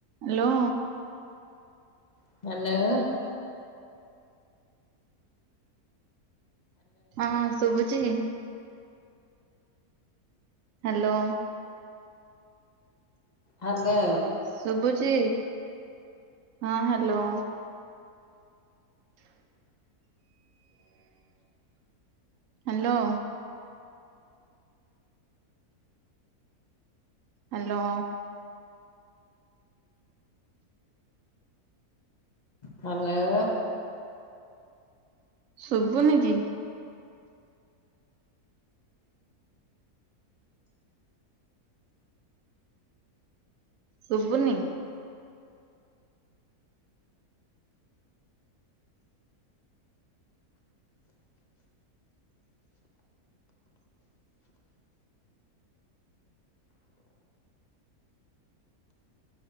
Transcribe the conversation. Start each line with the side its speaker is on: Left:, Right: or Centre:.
Right: Hello.
Left: <unintelligible>
Right: ହଁ ଶୁଭୁଛି। Hello.
Left: Hello.
Right: ଶୁଭୁଛି ହଁ ହ୍ୟାଲୋ। <inaudible> ହ୍ୟାଲୋ। ହ୍ୟାଲୋ।
Left: ହ୍ୟାଲୋ।
Right: ଶୁଭୁନି କି? ଶୁଭୁନି।